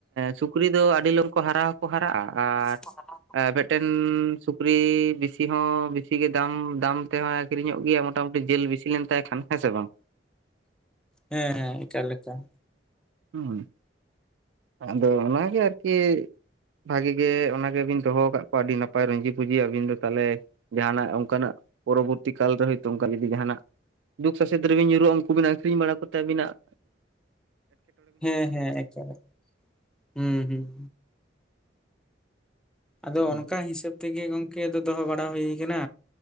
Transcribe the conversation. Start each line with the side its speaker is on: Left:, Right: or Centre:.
Right: ᱥᱩᱠᱨᱤ ᱫᱚ ᱟᱹᱰᱤ ᱞᱚᱜᱚᱱ ᱠᱚ ᱦᱟᱨᱟ ᱦᱚᱸᱠᱚ ᱦᱟᱨᱟᱜᱼᱟᱼᱼ
Centre: ᱚᱱᱟ <inaudible>
Right: ᱢᱮᱫᱴᱮᱱ ᱥᱩᱠᱨᱤ ᱵᱮᱥᱤ ᱦᱚᱸ ᱵᱮᱥᱤ ᱜᱮ ᱫᱟᱢ ᱫᱟᱢ ᱛᱮᱦᱚᱭ ᱟᱹᱠᱷᱨᱤᱧᱚᱜ ᱜᱮᱭᱟᱼᱼ ᱢᱚᱴᱟ ᱢᱩᱴᱤ ᱡᱮᱹᱞ ᱵᱤᱥᱤ ᱞᱮᱱ ᱛᱟᱭ ᱠᱷᱟᱱ ᱦᱮᱸ ᱥᱮ ᱵᱟᱝᱼᱼ
Centre: ᱦᱮᱸ ᱦᱮᱸ ᱮᱠᱟᱞ ᱮᱠᱟᱞᱼᱼ
Right: ᱦᱮᱸ ᱟᱫᱚ ᱚᱱᱟᱜᱮ ᱟᱨᱠᱤᱼᱼ ᱵᱷᱟᱜᱤ ᱜᱮ ᱚᱱᱟᱜᱮᱵᱤᱱ ᱫᱚᱦᱚ ᱟᱠᱟᱫ ᱠᱚᱣᱟ ᱟᱹᱰᱤ ᱱᱟᱯᱟᱭ ᱨᱩᱸᱡᱤ ᱯᱩᱸᱡᱤ ᱟᱹᱵᱤᱱ ᱫᱚ ᱛᱟᱦᱟᱞᱮ, ᱡᱟᱦᱟᱱᱟᱜ ᱚᱱᱠᱟᱱᱟᱜ ᱯᱚᱨᱚᱵᱚᱨᱛᱤ ᱠᱟᱞᱨᱮ ᱦᱳᱭᱛᱳ ᱚᱱᱠᱟ ᱡᱩᱫᱤ ᱡᱟᱦᱟᱱᱟᱜᱼᱼ ᱫᱩᱠ ᱥᱟᱥᱮᱛ ᱨᱮᱵᱤᱱ ᱧᱩᱨᱦᱩᱜᱼᱟ ᱩᱱᱠᱩᱵᱤᱱ ᱟᱹᱷᱨᱤᱧ ᱵᱟᱲᱟ ᱠᱚᱛᱮ ᱟᱹᱵᱤᱱᱟᱜᱼᱼ
Centre: ᱦᱮᱸ ᱦᱮᱸ ᱮᱠᱫᱚᱢ ᱮᱠᱫᱚᱢ ᱦᱩᱸ ᱦᱩᱸᱼᱼ ᱟᱫᱚ
Right: ᱦᱩᱸ
Centre: ᱚᱱᱠᱟ ᱦᱤᱥᱟᱹᱵ ᱛᱮᱜᱮ ᱜᱚᱝᱠᱮ ᱟᱫᱚ ᱫᱚᱦᱚ ᱵᱟᱲᱟ ᱦᱩᱭ ᱠᱟᱱᱟ